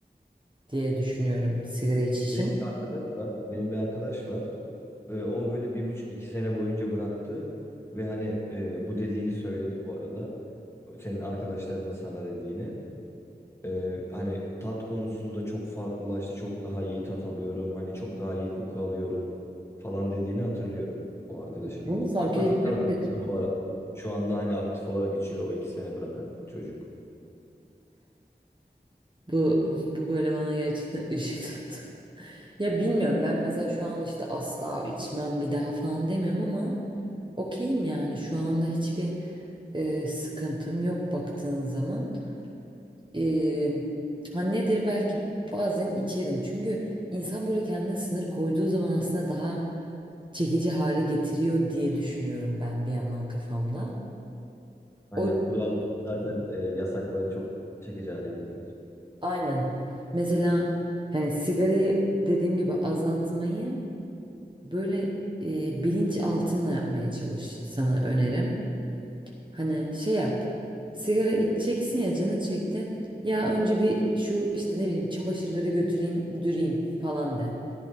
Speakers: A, on the right; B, on the left.
A: diye düşünüyorum sigara içişin.
B: Benim bir arkadaş var. Benim bir arkadaş var. E, o böyle bir buçuk iki sene boyunca bıraktı ve hani e, bu dediğini söyledi bu arada. Senin arkadaşlarının sana dediğini. E, hani tat konusunda çok farklılaştı. Çok daha iyi tat alıyorum. Hani çok daha iyi koku alıyorum falan dediğini hatırlıyorum o arkadaşımın.
A: Bunu fark
B: O da
A: edebilmek
B: tekrar
A: de
B: başladı bu arada. Şu anda hani aktif olarak içiyor o iki sene bırakan çocuk.
A: bu bu böyle bana gerçekten <laughs> ışık tuttu. Ya bilmiyorum ben mesela şu an işte asla içmem bir daha falan demiyorum ama okeyim yani şu anda hiçbir e, sıkıntım yok baktığın zaman. E, ha nedir belki bazen içerim çünkü insan böyle kendine sınır koyduğu zaman aslında daha çekici hale getiriyor diye düşünüyorum ben bir yandan kafamda.
B: Aynen
A: O
B: kural zaten e, yasakları çok çekici hale getirir.
A: Aynen. Mesela hani sigarayı dediğim gibi azaltmayı böyle e, bilinç altında yapmaya çalış sana önerim. Hani şey yap. Sigara içeceksin ya canın çekti. Ya önce bir şu işte ne bileyim çamaşırları götüreyim, düreyim falan de.